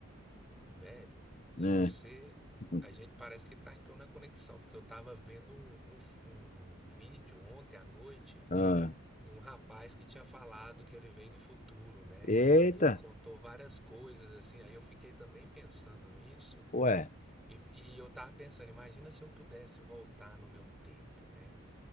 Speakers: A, in the centre; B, on the left.
A: Velho, se
B: Né?
A: você.
B: <laughs>
A: A gente parece que tá então na conexão, porque eu tava vendo um, um, um vídeo ontem à noite
B: Ah,
A: de um rapaz que tinha falado que ele veio do futuro, né?
B: Eita,
A: E aí ele contou várias coisas, assim. Aí eu fiquei também pensando nisso,
B: ué,
A: e, e eu tava pensando, imagina se eu pudesse voltar no meu tempo, né?